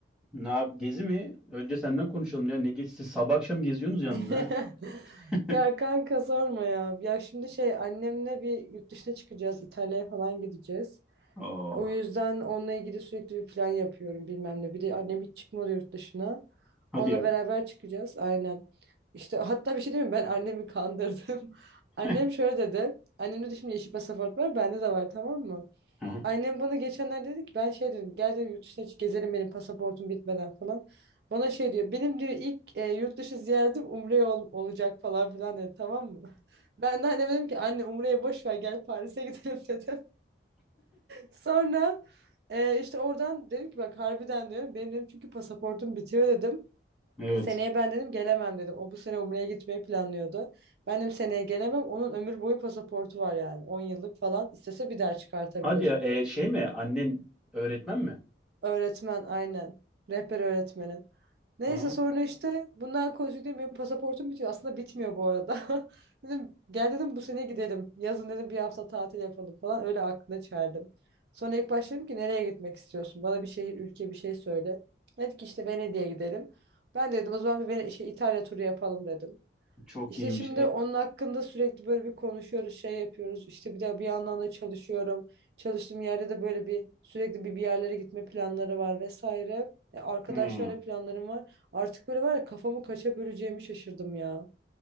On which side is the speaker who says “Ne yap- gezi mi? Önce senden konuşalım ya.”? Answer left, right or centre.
Centre